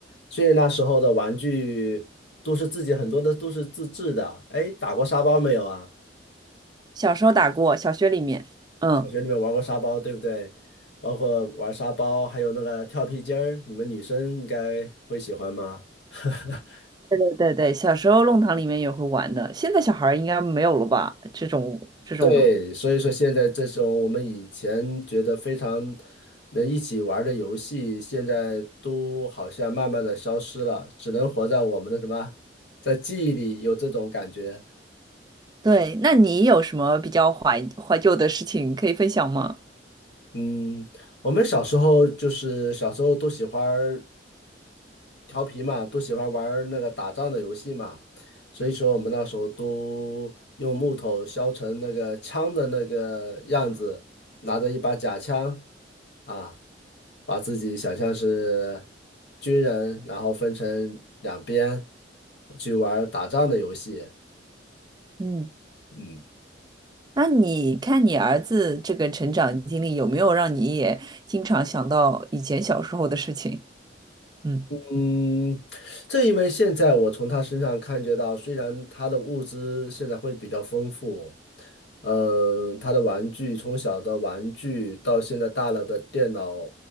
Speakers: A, on the left; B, on the right.
A: 所以那时候的玩具都是自己很多的都是自制的。哎，打过沙包没有啊？
B: 小时候打过，小学里面，嗯。
A: 小学里面玩过沙包，对不对？包括玩沙包，还有那个跳皮筋儿，你们女生应该会喜欢吗？<laughs>
B: 对对对对，小时候弄堂里面也会玩的，现在小孩儿应该没有了吧？这种这种，
A: 对，所以说现在这种我们以前觉得非常能一起玩儿的游戏，现在都好像慢慢的消失了，只能活在我们的什么，在记忆里有这种感觉。
B: 对，那你有什么比较怀怀旧的事情可以分享吗？
A: 嗯，我们小时候就是小时候都喜欢。调皮嘛，都喜欢玩儿那个打仗的游戏嘛，所以说我们那时候都用木头削成那个枪的那个样子，拿着一把假枪啊，把自己想象是军人，然后分成两边去玩儿打仗的游戏。
B: 嗯，
A: 嗯，
B: 那你看你儿子这个成长经历，有没有让你也经常想到以前小时候的事情？嗯，
A: 嗯，正因为现在我从他身上感觉到，虽然他的物资现在会比较丰富，嗯，他的玩具从小的玩具到现在大了的电脑